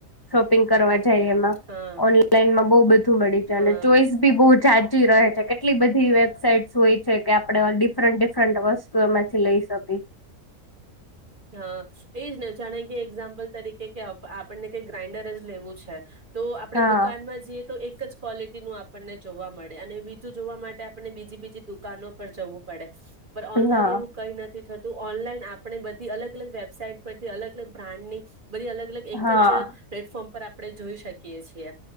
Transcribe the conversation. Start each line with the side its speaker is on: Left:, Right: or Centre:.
Left: શોપિંગ કરવા જઈ એમાં,
Right: હા
Left: ઓનલાઈન બો બધી મળી છે
Right: હા
Left: અને ચોઈસ ભી બહુ જાચી રહે છે કેટલી બધી વેબસાઇટ હોય છે કે આપડ ડિફરન્ટ ડિફરન્ટ વસ્ત માંથી લઈ શકી છે.
Right: હા, એજ ને જાણે કે એમ તરીકે કે આપણને કઈ ગ્રાઇન્ડર જ લેવું છે, તો આપણેે
Left: હા
Right: દુકાનમાં જઈએ તો એક જ ક્વોલિટી નું આપણને જોવા મળે અને બીજું જોવા માટે આપને બીજી બીજી દુકાનો પર જવું પડે. પણ ઓનલાઈન
Left: હા
Right: એવું કઈ નથી થતું. ઓનલાઈન આપણે બધ અલગ અલગ વેબસાઈટ પરથી અલગ અલગ બ્રાન્ડની. બધી અલગ અલગ એક
Left: હા
Right: જ, પ્લેટફોર્મ પર આપણે જોઈ શકીએ છીએ